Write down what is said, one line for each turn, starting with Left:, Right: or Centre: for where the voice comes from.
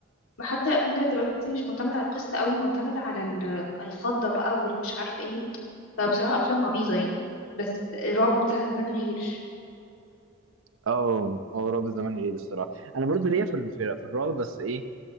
Left: حتى الافلام بتاعت دلوقتي مش معتمده على القصه قوي معتمده على ال- الخضه بقى والمش عارفه ايه فبصراحه افلام عبيطه يعني بس الرعب بتاع زمان غير
Right: اه هو رعب زمان غير الصراحة أنا برضو ليا في ال- في في الرعب بس إيه